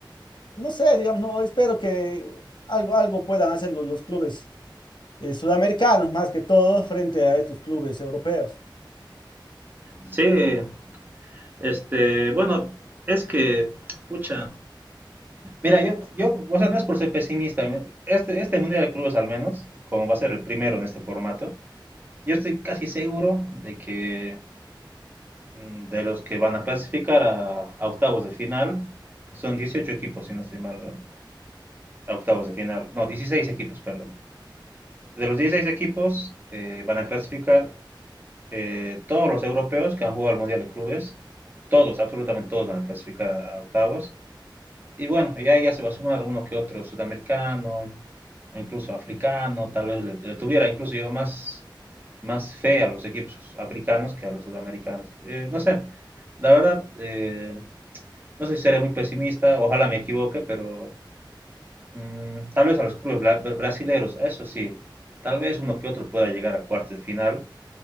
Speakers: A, on the left; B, on the right.
A: no sé, digamos, no, espero que algo, algo puedan hacer los, los clubes eh, sudamericanos, más que todo, frente a estos clubes europeos.
B: Sí, este, bueno, es que, pucha, Mira, yo, yo, o sea, no es por ser pesimista, ¿no? este, este Mundial de Clubes al menos, como va a ser el primero en este formato, yo estoy casi seguro de que mm, de los que van a clasificar a, a octavos de final, son 18 equipos, si no estoy mal, ¿no? A octavos de final, no, 16 equipos, perdón. De los 16 equipos eh, van a clasificar eh, todos los europeos que han jugado al Mundial de Clubes, todos, absolutamente todos van a clasificar a, a octavos, Y bueno, ya, ya se va a sumar uno que otro sudamericano, o incluso africano, tal vez le, le tuviera incluso yo más, más fe a los equipos africanos que a los sudamericanos. Eh, no sé, la verdad, eh, no sé si seré muy pesimista, ojalá me equivoque, pero mm, tal vez a los clubes bla- bra- brasileños, eso sí, tal vez uno que otro pueda llegar a cuartos de final,